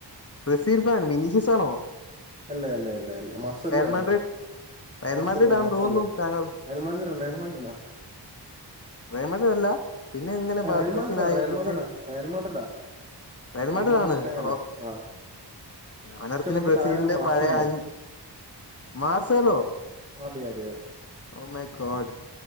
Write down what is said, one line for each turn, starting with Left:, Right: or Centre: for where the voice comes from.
Left: Brazil fan മിനീഷസാണോ?
Right: അല്ല അല്ല അല്ല അല്ല മാർസല്ലോ
Left: മാഡ്രിഡ്
Right: ആണെ.
Left: റയൽ
Right: മാർസല്ലോ
Left: മാഡ്രിഡ് ആന്ന്
Right: മാർസല്ലോ.
Left: തോന്നുന്നു താങ്കൾ
Right: ലയൺമാൻട്രല്ല ലയൺമാൻട്രല്ല.
Left: ലയൺമാൻട്രല്ല പിന്നെങ്ങനെ ബ
Right: റയൽമാൻഡ്രിഡാ
Left: ബ്രസീലായി?
Right: റയൽമാൻഡ്രിഡാ
Left: ബ്രസീൽ
Right: റയൽമാൻഡ്രിഡാ
Left: ലയൺമാൻട്രാണ്.
Right: റയൽമാൻഡ്രിഡ് ഫാൻ
Left: അപ്പൊ
Right: ആണ് ആ
Left: ഞാനോർ
Right: ഇഷ്ടപ്പെട്ട താരം
Left: സീലിന്റെ
Right: മാർസല്ലോ
Left: പഴയ അഞ്ച് മാർസേലോ.
Right: അതെ അതെ
Left: ഓഹ് മൈ ഗോഡ്,